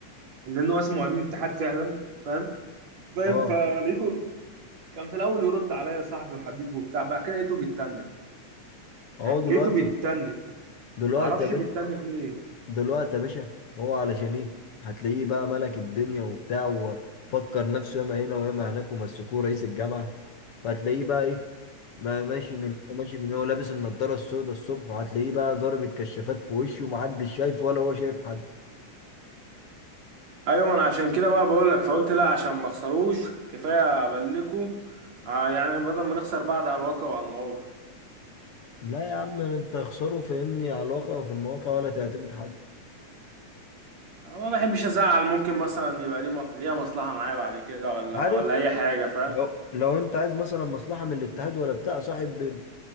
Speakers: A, on the right; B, on the left.
A: لان هو اسمه امين اتحاد فعلا فاهم فاهم
B: اه
A: فلقيته كان في الاول يرد عليا صاحبي وحبيبي وبتاع بعد كده لقيته بيتنك
B: اهو
A: أه،
B: دلوقتي
A: لقيته بيتنك
B: دلوقتي
A: ما اعرفش
B: يا باشا
A: بيتنك ليه
B: دلوقتي يا باشا هو علشان ايه هتلاقيه بقى ملك الدنيا وبتاع وفكر نفسه ياما هنا وياما هناك ومسكوه رئيس الجامعة فهتلاقيه بقى ايه ما- ماشي من ماشي من هو لابس النضارة السوداء الصبح وهتلاقيه بقى ضارب الكشافات في وشه ومحدش شايف ولا هو شايف حد
A: ايوه ما انا عشان كده بقى بقول لك فقلت لا عشان ما اخسروش كفايه ابلكوا ع- يعني بدل ما نخسر بعض على الواقع وعلى المواقع
B: لا يا عم انت خسره فاهمني على الواقع وفي المواقع ولا تعتمد حد
A: ما بحبش ازعل ممكن مثلا يبقى ليه مص... ليها مصلحة معايا بعد كده ولا
B: عارف
A: ولا اي حاجة فاهم
B: لو لو انت عايز مثلا مصلحة من الاتحاد ولا بتاع صاحب بنت